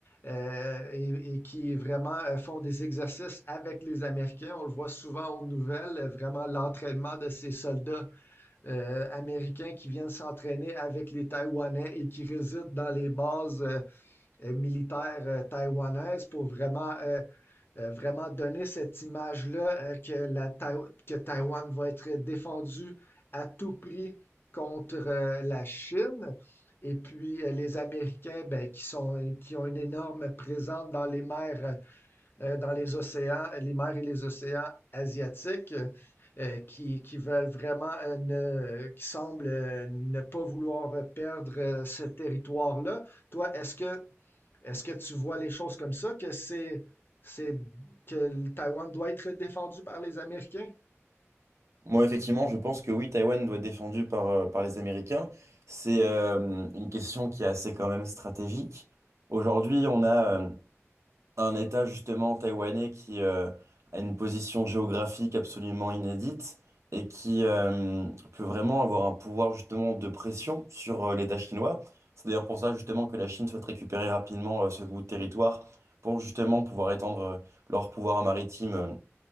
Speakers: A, on the left; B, on the right.
A: euh, et, et qui vraiment euh, font des exercices avec les Américains. On le voit souvent aux nouvelles, euh, vraiment l'entraînement de ces soldats euh, américains qui viennent s'entraîner avec les Taïwanais et qui résident dans les bases euh, euh, militaires euh, taïwanaises pour vraiment euh, euh, vraiment donner cette image-là euh, que, la Taï- que Taïwan va être défendue à tout prix contre euh, la Chine. Et puis euh, les Américains ben, qui sont, qui ont une énorme présence dans les mers euh, euh, dans les océans, les mers et les océans asiatiques, euh, qui, qui veulent vraiment, euh, ne- qui semblent euh, ne pas vouloir perdre euh, ce territoire-là. Toi, est-ce que, est-ce que tu vois les choses comme ça, que c'est, c'est, que le Taïwan doit être défendu par les Américains?
B: Moi, effectivement, je pense que oui, Taïwan doit être défendu par, euh, par les Américains. C'est euh, une question qui est assez quand même stratégique. Aujourd'hui, on a euh, un État justement taïwanais qui euh, a une position géographique absolument inédite et qui euh, peut vraiment avoir un pouvoir justement de pression sur euh, l'État chinois. C'est d'ailleurs pour ça justement que la Chine souhaite récupérer rapidement euh, ce bout de territoire pour justement pouvoir étendre euh, leur pouvoir maritime euh,